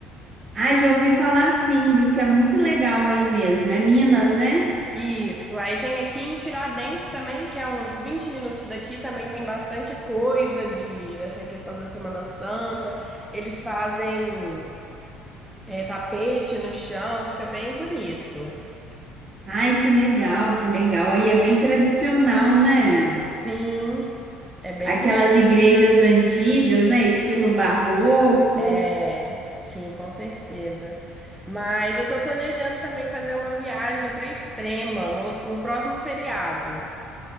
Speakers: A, on the right (about 40°); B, in the centre.
A: Ai, já ouvi falar sim, diz que é muito legal aí mesmo. É Minas, né?
B: Isso. Aí tem aqui em Tiradentes também, que é uns 20 minutos daqui, também tem bastante coisa de dessa questão da Semana Santa. Eles fazem É tapete no chão, fica bem bonito.
A: Ai, que legal, que legal. Aí é bem tradicional, né?
B: Sim, é bem
A: Aquelas
B: bonito.
A: igrejas antigas, né? Estilo barroco.
B: É, sim, com certeza. Mas eu tô planejando também fazer uma viagem para Extrema no, outro- no próximo feriado.